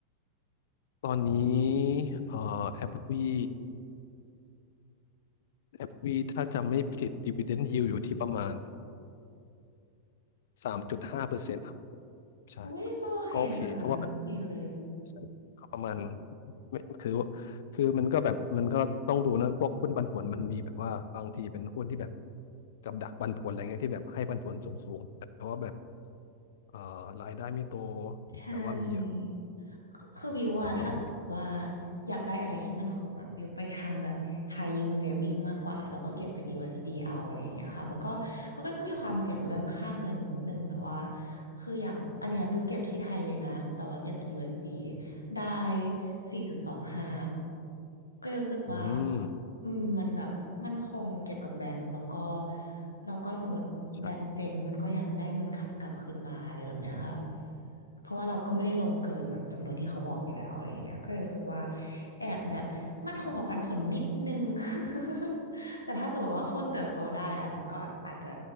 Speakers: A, on the left; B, on the left.
A: ตอนนี้เอ่อแอปวีแอปวีถ้าจำไม่ผิดดีว i เดน d i ยิวอยู่ที่ประมาณสามจุดห้าเปอร์เซ็นต์ครับใช่
B: อุ้ยก็โอเคนะคะโอเคเลย
A: ก็โอเคเพราะว่าแบบใช่ก็ประมาณไม่คือคือมันก็แบบมันก็ต้องดูนะพวกหุ้นปันผลมันมีแบบว่าบางทีเป็นหุ้นที่แบบกับดักปันผลอะไรเงี้ยที่แบบให้ปันผลสูงๆแต่ว่าแบบเอ่อรายได้ไม่โต
B: ใช่
A: แต่ว่ามี
B: คือคือบิวว่าถ้าสมมติว่า
A: มันก็ต้องดูดี
B: อยากได้อะไรที่มันคงอ่ะบิวไปทางแบบ high yield saving มากกว่า แล้วก็เก็บเป็น USD เอสดีเอาอะไรอย่างเงี้ยค่ะมันก็มันก็จะมีความเสี่ยงเรื่องค่าเงินหนึ่งแต่ว่า คืออย่างอันเนี้ยบิวเก็บที่ไทยเลยนะ แต่ว่าเก็บเป็น USD ได้สี่จุดสองห้าก็เลยรู้สึกว่า
A: อืม
B: อืมมันแบบ มันคงเก็บกับแบงก์แล้วก็แล้วก็สมมติแบงก์เจ๊งมันก็ยังได้เงินขับกลับคืนมาอะไรแบบเนี้ยค่ะ
A: ใช่
B: เพราะว่าเราก็ไม่ได้ลงเกินแบบจำนวนที่เขาบอกอยู่แล้วอะไรอย่างเงี้ยก็เลยรู้สึกว่าแอบแบบมันคงกับปันผลนิดนึง <laughs> แต่ถ้าสมมติว่าหุ้นเติบโตได้อันนั้นก็อาจจะ